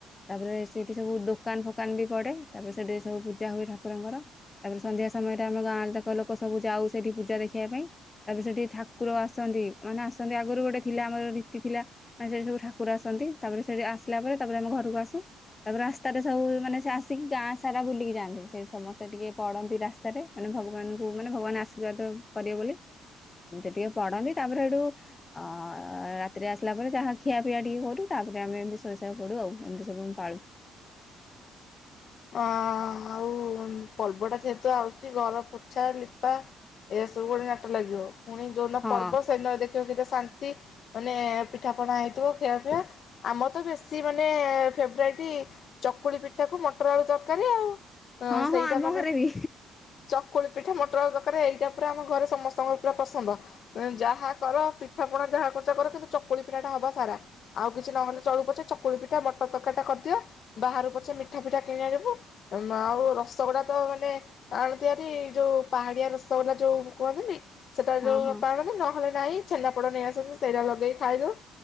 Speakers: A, on the left; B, on the left.
A: ତାପରେ ସେଇଠି ସବୁ ଦୋକାନ ଫୋକାନ ବି ପଡେ ତାପରେ ସେଠି ସବୁ ପୂଜା ହୁଏ ଠାକୁରଙ୍କର ତାପରେ ସନ୍ଧ୍ୟା ସମୟରେ ଆମ ଗାଁରେ ଯାକ ଲୋକ ସବୁ ଯାଉ ସେଠି ପୂଜା ଦେଖିବା ପାଇଁ, ତାପରେ ସେଠି ଠାକୁର ଆସନ୍ତି ମାନେ ଆସନ୍ତି ଆଗରୁ ଗୋଟେ ଥିଲା ଆମର ରୀତି ଥିଲା ମାନେ ସେଠି ସବୁ ଠାକୁର ଆସନ୍ତି। ତାପରେ ସେଠି ଆସିଲା ପରେ ତାପରେ ଆମ ଘରକୁ ଆସୁ ତାପରେ ରାସ୍ତାରେ ସବୁ ମାନେ ସେ ଆସିକି ଗାଁ ସାରା ବୁଲିକି ଯାଆନ୍ତି ସେଠି ସମସ୍ତେ ସେ ଟିକେ ପଡନ୍ତି ରାସ୍ତାରେ ମାନେ ଭଗବାନଙ୍କୁ ମାନେ ଭଗବାନ ଆଶୀର୍ବାଦ କରିବେ ବୋଲି। ଏମିତି ଟିକେ ପଡନ୍ତି ତାପରେ ସେଇଠୁ ଅ ରାତିରେ ଆସିଲା ପରେ ଯାହା ଖିଆ ପିଆ ଟିକେ କରୁ ତାପରେ ଆମେ ଏମିତି ଶୋଇଶୁଆ ପଡୁ ଆଉ ଏମିତି ସବୁ ଆମେ ପାଳୁ
B: ଅ ଆଉ ପର୍ବଟା ଯେହେତୁ ଆସଛି ଘର ପୋଛା ଲିପା ଏସବୁ ଗୋଟେ ନାଟ ଲାଗିବଉ ପୁଣି ଯୋଉନ
A: ହଁ
B: ପର୍ବ ସେନ ଦେଖିବା କେତେ ଶାନ୍ତି ମାନେ ପିଠାପଣା ହେଇଥିବ ଖିଆ ପିଆ, ଆମ ତ ବେଶୀ ମାନେ ଫେବରାଇଟ୍ ଚକୁଳି ପିଠାକୁ ମୋ ପଟାଳୁ ତରକାରୀ ଆଉ ଅ
A: ହଁ
B: ସେଇଟା
A: ହଁ ଆମ
B: ମାନେ
A: ଘରେ ବି
B: ଚକୁଳି ପିଠା ମଟର ଦରକାର ଏଇ ଏଟା ପୁରା ଆମ ଘରେ ସମସ୍ତଙ୍କର ପୁରା ପସନ୍ଦ ଯାହା କର ପିଠା ପଣା ଯାହା କରୁଚ କର କିନ୍ତୁ ଚକୁଳି ପିଠା ଟା ହବ ସାରା ଆଉ କିଛି ନହେଲେ ଚଳୁ ପଛେ ଚକୁଳି ପିଠା ମଟର ତର ଟା କରିଦିଅ ବାହାରୁ ପଛେ ମିଠା ପିଠା କିଣିବା ଯିବୁ ଆଉ ରସଗୁଡ଼ା ତ ମାନେ ଆଣୁ ତିଆରି ଯେଉ ପାହାଡ଼ିଆ ରସଗୁଲା ଯୋଉଁ କୁହନ୍ତିିନି। ସେଟା
A: ହଁ
B: ଯୋଉ
A: ହଁ
B: ପାର ନହେଲେ ନାହିଁ ଛେନାପୋଡ଼ ନେଇ ଆସୁଚୁ ସେଇଟା ଲଗେଇି ଖାଇଦଉ।